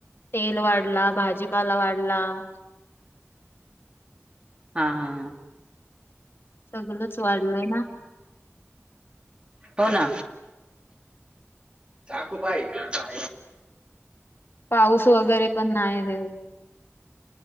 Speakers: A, on the left (about 50°); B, on the right (about 20°).
A: तेल वाढला भाजीपाला वाढला <unintelligible>
B: हा हा हा
A: सगलच वाढलंय ना
B: हो ना. चाकू पाहा आहे का
A: पाऊस वगैरे पण नाही हे